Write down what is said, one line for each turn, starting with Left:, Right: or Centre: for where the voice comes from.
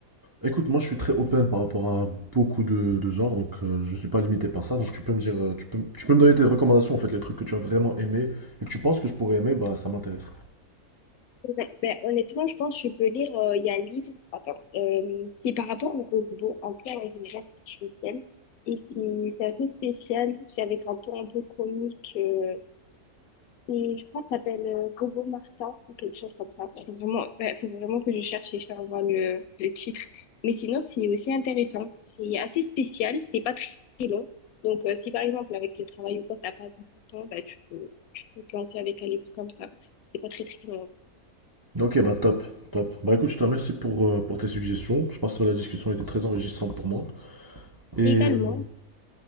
Right: Écoute, moi je suis très open par rapport à beaucoup de, de genres, donc euh, je ne suis pas limité par ça. Donc tu peux me dire, euh, tu peux, tu peux me donner tes recommandations, en fait, les trucs que tu as vraiment aimé et que tu penses que je pourrais aimer, bah ça m'intéresserait.
Left: Ouais, ben, honnêtement, je pense que tu peux lire, euh, il y a un livre, attends, euh, c'est par rapport au robot, un peu à l'intelligence artificielle, et c'est c'est assez spécial, c'est avec un ton un peu comique, euh, et je crois que ça s'appelle euh, Robot Martin, ou quelque chose comme ça. Faut vraiment, ben, faut vraiment que je cherche et je t'envoie le, le titre. Mais sinon, c'est aussi intéressant, c'est assez spécial, c'est pas très long, donc euh, si par exemple, avec le travail ou quoi, t'as pas beaucoup de temps, ben, tu peux, tu peux te lancer avec un livre comme ça, c'est pas très très long.
Right: Ok, bah top, top. Bah écoute, je te remercie pour, euh, pour tes suggestions. Je pense que la discussion a été très enrichissante pour moi. Et,
Left: Également,
Right: euh,